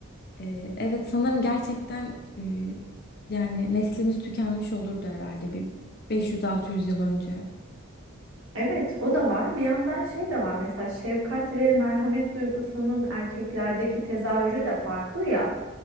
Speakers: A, on the left; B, on the right.
A: E, evet sanırım gerçekten e, yani neslimiz tükenmiş olurdu herhalde bir 500-600 yıl önce.
B: Evet o da var. Bir yandan şey de var mesela şefkat ve merhamet duygusunun erkeklerdeki tezahürü de farklı ya.